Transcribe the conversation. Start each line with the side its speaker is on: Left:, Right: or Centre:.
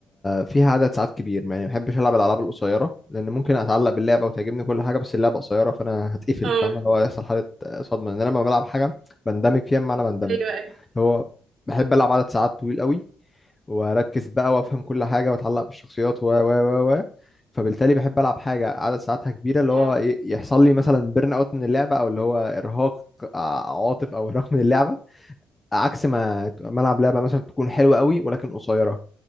Left: فيها عدد ساعات كبير يعني ما بحبش العب الالعاب القصيره لان ممكن اتعلق باللعبه وتعجبني كل حاجه بس اللعبه قصيره فانا هتقفل
Right: اه
Left: فاهم اللي هو هيحصل حاله صدمه لان انا لما بلعب حاجه بندمج فيها بمعنى بندمج
Right: ايوه ايوه
Left: اللي هو بحب العب عدد ساعات طويل قوي واركز بقى وافهم كل حاجه واتعلق بالشخصيات و و و و فبالتالي بحب العب حاجه عدد ساعاتها كبيره اللي
Right: اه
Left: هو إيه، يحصل لي مثلا بيرن اوت من اللعبه او اللي هو ارهاق آه، عاطف او ارهاق من اللعبه عكس ما ما العب لعبه مثلا تكون حلوه قوي ولكن قصيره